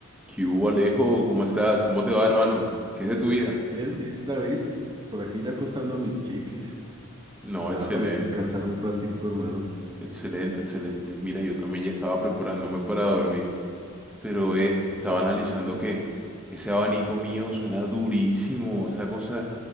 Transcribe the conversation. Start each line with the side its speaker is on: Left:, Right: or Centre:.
Centre: ¿Qué hubo, Alejo? ¿Cómo estás? ¿Cómo te va, hermano? ¿Qué es de tu vida?
Right: Bien, bien, David. Por aquí ya acostando a mis chiquis.
Centre: No,
Right: Ya
Centre: excelente,
Right: para descansar un ratico, hermano.
Centre: excelente, excelente. Mira, yo también ya estaba preparándome para dormir, pero eh, estaba analizando que ese abanico mío suena durísimo, esa cosa.